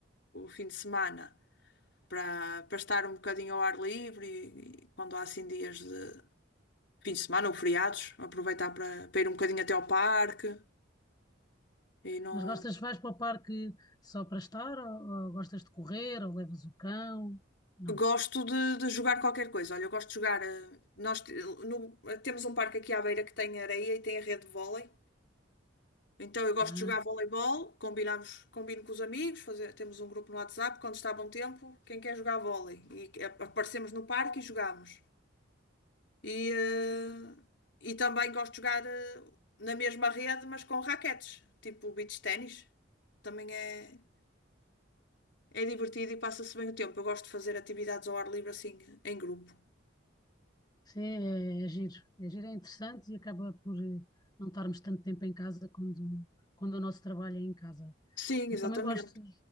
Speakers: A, on the left; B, on the left.
A: o fim de semana para, para estar um bocadinho ao ar livre e, e quando há assim dias de fim de semana ou feriados, aproveitar para, para ir um bocadinho até ao parque e não.
B: Mas gostas, vais para o parque só para estar, ou, ou gostas de correr, ou levas o cão? Não,
A: Gosto de, de jogar qualquer coisa. Olha, eu gosto de jogar. eh, Nós te- no- temos um parque aqui à beira que tem areia e tem a rede de vôlei. Então eu gosto
B: não
A: de jogar
B: é?
A: voleibol, combinamos, combino com os amigos, fazer- temos um grupo no WhatsApp, quando está bom tempo, quem quer jogar vôlei? E a- aparecemos no parque e jogamos. E, eh, e também gosto de jogar eh, na mesma rede, mas com raquetes, tipo beach ténis. Também é, é divertido e passa-se bem o tempo. Eu gosto de fazer atividades ao ar livre assim, em grupo.
B: Sim, é, é giro. É giro, é interessante e acaba por eh, não estarmos tanto tempo em casa quando, quando o nosso trabalho é em casa.
A: Sim,
B: Eu
A: exatamente.
B: também gosto,